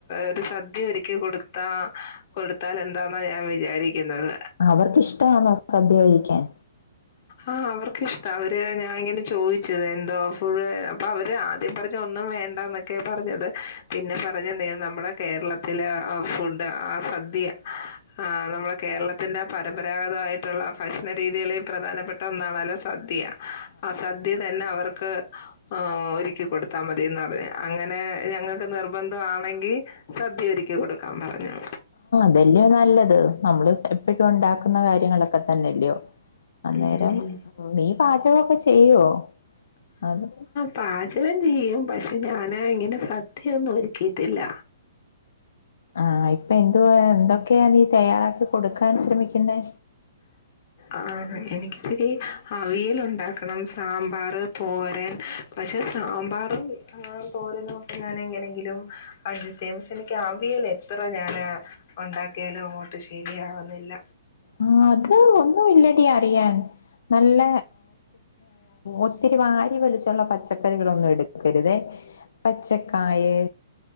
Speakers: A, on the left; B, on the left.
A: ഒരു സദ്യ ഒരുക്കി കൊടുത്താ കൊടുത്താൽ എൻ ന്താന്ന ഞാൻ വിജാരിക്കുന്നത്.
B: അവർക്കിഷ്ടാന്നോ സദ്യ കഴിക്കാൻ.
A: ആഹ് അവർക്ക് ഇഷ്ടം അവര് ഞാന് ഇങ്ങനെ ചോദിച്ചത് എന്തോ ഫുൾ അപ്പൊ അവര് ആദ്യം പറഞ്ഞ ഒന്നും വേണ്ടന്നൊക്കെ. ഒക്കെ പറഞ്ഞത് പിന്നെ പറഞ് നീ നമ്മുടെ കേരളത്തിലെ ഏഹ് ഫുഡ് ആഹ് സദ്യ. ആഹ് നമ്മള കേരളത്തിന്റെ പരമ്പരാഗതായിട്ട്. ഭക്ഷണ രീതികളി പ്രധാനപ്പെട്ട ഒന്നാണല്ലോ സദ്യ ആഹ് സദ്യ തന്നെ അവർക്ക്. ആഹ് ഒരുക്കി കൊടുത്താ മതിന്ന് പറഞ്ഞ് അങ്ങനെ ഞങ്ങക്ക് നിർബന്ധം ആണെങ്കി. സദ്യ ഒരുക്കി കൊടുക്കാൻ പറഞ്ഞു.
B: ഇതെല്ല്യൊ നല്ലത് നമ്മൾ സ് എപ്പഴു ഉണ്ടാക്കുന്ന കാര്യങ്ങളൊക്കെ. തന്നല്ല്യൊ അന്നേരം
A: ഉം ഉം.
B: നീ പാചകൊക്കെ ചെയ്യുവോ? അത്.
A: പാജകം ചെയ്യും പക്ഷെ ഞാൻ ഇങ്ങനെ സദ്യയൊന്നും ഒരുക്കിയിട്ടില്ല.
B: ആഹ് ഇപ്പൊ എന്തുവാ എന്തൊക്കെയാ നീ തയ്യാറാക്കി കൊടുക്കാൻ ശ്രമിക്കുന്നെ?
A: ആഹ് എനിക്ക് ഇച്ചിരി അവിയൽ ഉണ്ടാക്കണം സാമ്പാർ, തോരൻ പക്ഷെ സാമ്പാറും ഏഹ് തോരനൊക്കെ. ഞാനെ എങ്ങനെയെങ്കിലും അഡ്ജസ്റ്റ് ചെയ്യും പക്ഷെ എനിക്ക് അവിയല് എത്ര ഞാന് ഒണ്ടാക്കിയാലും അങ്ങോട്ട് ശരിയാവുന്നില്ല
B: ആഹ് അത് ഒന്നും ഇല്ലടി അറിയാൻ നല്ല ഒത്തിരി വാരി വലിച്ചുള്ള പച്ചക്കറികളൊന്നും എടുക്കരുതെ പച്ചക്കായ്